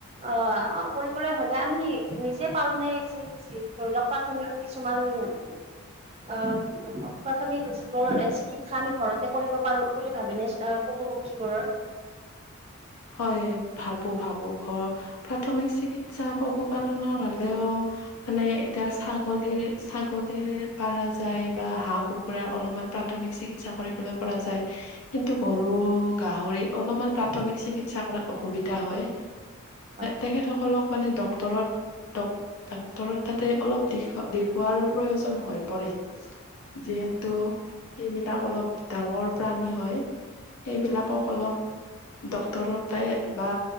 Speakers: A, on the right; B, on the left.
A: আঁহ' কৰিবলৈ হ'লে আমি নিজে পাৰো নে যি- ধৰি লওঁক প্ৰাথমিক কিছুমান- আঁহ' প্ৰাথমিক যিবোৰ চিকিৎসা আমি ঘৰতে কৰিব পাৰো বুলি ভাবি নে- পশু পক্ষীবোৰৰ?
B: হয়, ভাবো-ভাবো। ঘৰ প্ৰাথমিক চিকিৎ - সা পশু পালনৰ হ'লেও- মানে এতিয়া ছাগলীৰ-ছাগলীৰ পাৰা যায় বা হাঁহ কু- কুৰাৰ অলপমান প্ৰাথমিক চিকিৎসা কৰিবলৈ পৰা যায়। কিন্তু গৰু, গাহৰিৰ অলপমান প্ৰাথমিক চিকিৎসা কৰাত অসুবিধা হয়।
A: হয়
B: তেখেতসকলক মানে ডক্টৰত-ডাক্টৰত- তা'তে অলপ দেখুৱাৰ প্ৰয়োজন হৈ পৰে।
A: হয়
B: যিহেতু-
A: হয়
B: সেইবিলাক অলপ ডাঙৰ প্ৰাণী হয়। সেইবিলাকক অলপ- ডক্তৰৰ তাই বা